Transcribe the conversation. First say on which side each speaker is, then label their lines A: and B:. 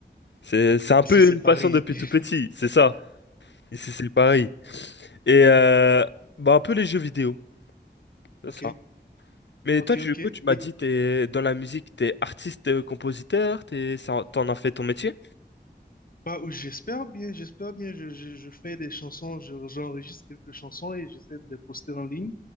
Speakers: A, on the left (about 85°); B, on the left (about 55°).
A: C'est, c'est un
B: Ici,
A: peu
B: c'est
A: une
B: Paris.
A: passion depuis
B: <laughs>
A: tout petit, c'est ça. Ici, c'est Paris. Et
B: Euh,
A: euh, bah un peu les jeux vidéo, c'est
B: Ok,
A: ça. Mais
B: ok,
A: toi, tu,
B: ok.
A: du coup, tu m'as
B: Et
A: dit, t'es dans la musique, t'es artiste, euh, compositeur, t'es, ça- t'en as fait ton métier?
B: Bah, ou- j'espère bien, j'espère bien. Je, je, je fais des chansons, je- j'enregistre quelques chansons et j'essaie de les poster en ligne.